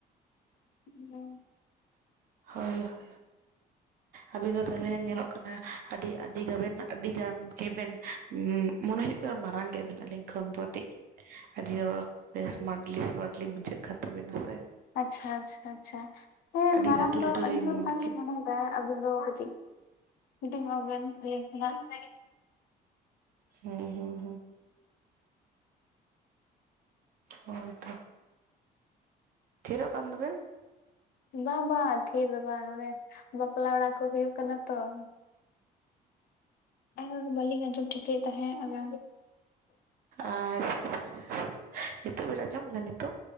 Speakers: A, on the left; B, on the right.
A: <inaudible>
B: ᱦᱳᱭᱳ <inaudible> ᱟᱵᱤᱱ ᱫᱚ ᱛᱟᱞᱦᱮ ᱧᱮᱞᱚᱜ ᱠᱟᱱᱟ ᱟᱹᱰᱤ ᱟᱹᱰᱤ ᱜᱟᱱᱵᱮᱱ ᱟᱹᱰᱤ ᱜᱟᱱ ᱜᱮ ᱵᱮᱱ ᱩᱸᱜᱼᱼ ᱢᱚᱱᱮ ᱦᱩᱭᱩᱜ ᱠᱟᱱᱟ ᱢᱟᱨᱟᱝ ᱜᱮᱭᱟ ᱵᱤᱱ ᱟᱹᱞᱤᱧ ᱠᱷᱚᱱ ᱫᱚ ᱟᱹᱰᱤᱡᱼᱼ ᱟᱹᱰᱤ ᱨᱚᱲ ᱥᱢᱟᱴᱞᱤ ᱥᱢᱟᱴᱞᱤ ᱵᱩᱡᱷᱟᱹᱜ ᱠᱟᱱ ᱛᱟᱵᱤᱱᱟ ᱥᱮ ᱾
A: ᱟᱪᱪᱷᱟ ᱟᱪᱪᱷᱟ ᱟᱪᱪᱷᱟ ᱦᱮᱸ
B: ᱟᱹᱰᱤ
A: ᱢᱟᱨᱟᱝ
B: ᱞᱟᱹᱴᱩ
A: ᱫᱚ
B: ᱞᱟᱹᱴᱩ
A: ᱟᱹᱞᱤᱧ ᱫᱚ ᱚᱱᱠᱟ
B: ᱢᱚᱱᱮ
A: ᱜᱮᱞᱤᱧ
B: ᱠᱮᱫ
A: ᱢᱚᱱᱮᱣ ᱟᱵᱤᱱ ᱫᱚ ᱠᱟᱹᱴᱤᱡ ᱦᱩᱰᱤᱧ ᱚᱜ-ᱟ ᱵᱮᱱ ᱟᱹᱞᱤᱧ ᱠᱷᱚᱱᱟᱜ ᱾
B: ᱦᱩᱸ ᱦᱩᱸ ᱦᱩᱸ ᱾ ᱦᱳᱭ ᱛᱚ ᱾ ᱛᱷᱤᱨᱚᱜ ᱠᱟᱱ ᱫᱚᱵᱮᱱ ᱾
A: ᱵᱟᱝ ᱵᱟᱝ ᱛᱷᱤᱨ ᱫᱚ ᱵᱟᱝ ᱱᱚᱰᱮ ᱵᱟᱯᱞᱟ ᱚᱲᱟᱜ ᱠᱚ ᱦᱩᱭᱩᱜ ᱠᱟᱱᱟ ᱛᱚ ᱾ <unintelligible> ᱟᱫᱚ ᱵᱟᱹᱞᱤᱧ ᱟᱸᱡᱚᱢ ᱴᱷᱤᱠᱟᱹᱭᱮᱫ ᱛᱟᱦᱮᱸᱫ ᱟᱫᱚ
B: ᱟᱪᱪᱷᱟ ᱟᱪᱪᱷᱟ, <inaudible> ᱱᱤᱛᱚᱜ ᱵᱤᱱ ᱟᱸᱡᱚᱢ ᱮᱫᱟ ᱱᱤᱛᱚᱜ?